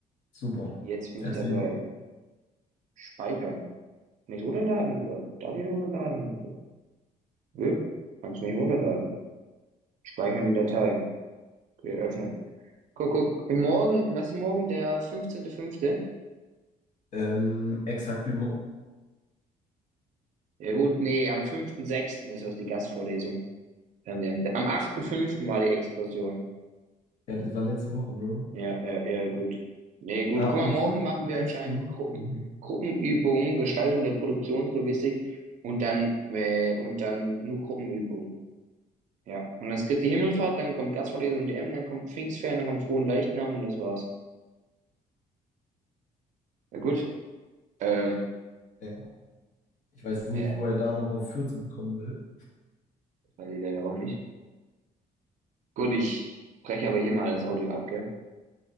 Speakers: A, on the left (about 55°); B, on the right (about 55°).
A: Super.
B: Jetzt bin
A: Erzähl
B: ich dabei.
A: mal.
B: Speichern. Kann ich runterladen oder darf ich runterladen? Oder? Nö, kannst nicht runterladen. Speichern in Dateien. Okay, öffnen. Guck, guck. Im Morgen, was ist morgen? Der 15.05.?
A: Ähm, exakt immer.
B: Ja gut, nee, am fünften sechsten ist das die Gastvorlesung. Am, dem- am 8.05. war die Exkursion.
A: Ja, das war letzte Woche, Bro.
B: Ja, ja, ja, gut. Nee, gut.
A: Am,
B: Guck
A: am
B: mal, morgen
A: fünften
B: machen wir
A: sechsten.
B: anscheinend Gruppen,
A: Mhm.
B: Gruppenübungen, Gestaltung der Produktionslogistik und dann, äh, und dann nur Gruppenübungen. Ja. Und dann ist Christi Himmelfahrt, dann kommt Gastvorlesung DM, dann kommt Pfingstferien, dann kommt Frohen Leichnam und das war's. Ja gut. Ähm,
A: Ja. Ich weiß nicht,
B: ja,
A: wo er da noch auf vierzig kommen will.
B: das weiß ich leider auch nicht. Gut, ich breche aber hier mal das Audio ab, gell?